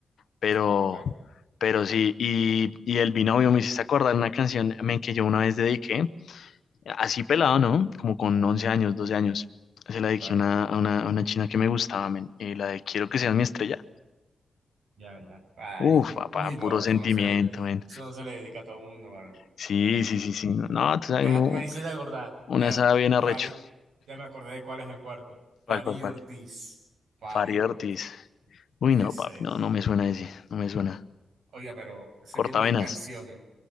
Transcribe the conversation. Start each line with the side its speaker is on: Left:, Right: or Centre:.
Left: pero,
Right: Claro, claro.
Left: pero sí, y, y el binomio me hiciste acordar una canción men, que yo una vez dediqué, así pelado, ¿no? Como con 11 años, 12 años. Se la dediqué
Right: Vaya,
Left: a una, a una, a una china que me gustaba, men, y la de Quiero que seas mi estrella.
Right: ya, ya. Ay,
Left: Uf, papá,
Right: uy,
Left: puro
Right: no,
Left: sentimiento,
Right: eso no se le,
Left: men.
Right: eso no se le dedica a todo mundo, mano.
Left: Sí, sí, sí, sí. No, no, tú sabes,
Right: Ya
Left: uno,
Right: me hice de acordar,
Left: una
Right: ya,
Left: sabe bien arrecho.
Right: Fari, ya me acordé de cuál es el cuarto. Fari
Left: ¿Cuál, cuál, cuál?
Right: Ortiz, Fari
Left: Fari Ortiz.
Right: Ortiz,
Left: Uy,
Right: ese
Left: no, papi,
Right: es.
Left: no, no me suena ese, no me suena.
Right: Oiga, pero ese
Left: Cortavenas.
Right: tiene unas canciones,